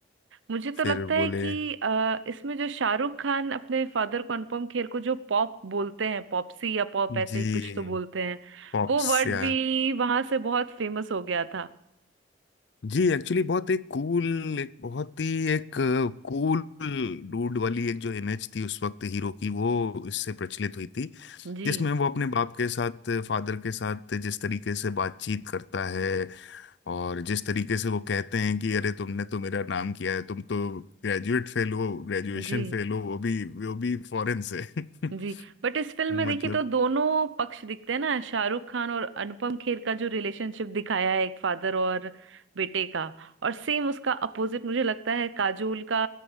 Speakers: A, on the right (about 80°); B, on the left (about 65°).
A: मुझे तो
B: फिर
A: लगता है
B: बोले
A: कि अ, इसमें जो शाहरुख खान अपने फादर को अनुपम खेर को जो पॉप बोलते हैं पॉपसी या पॉप
B: जी
A: ऐसे ही कुछ तो बोलते हैं
B: पॉप्स
A: वो वर्ड
B: या
A: भी वहां से बहुत फेमस हो गया था
B: जी एक्चुअली बहुत एक कूल एक बहुत ही एक कूल डूड वाली एक जो इमेज थी उस वक्त हीरो की वो इससे प्रचलित हुई थी
A: जी
B: जिसमें वो अपने बाप के साथ फादर के साथ जिस तरीके से बातचीत करता है और जिस तरीके से वो कहते हैं कि अरे तुमने तो मेरा नाम किया है तुम तो ग्रेजुएट फेल हो ग्रेजुएशन
A: जी
B: फेल हो वो भी वो भी फॉरेन से <laughs>
A: जी बट इस फिल्म
B: मतलब
A: में देखिए तो दोनों पक्ष दिखते हैं ना शाहरुख खान और अनुपम खेर का जो रिलेशनशिप दिखाया है एक फादर और बेटे का और सेम उसका अपोजिट मुझे लगता है काजोल का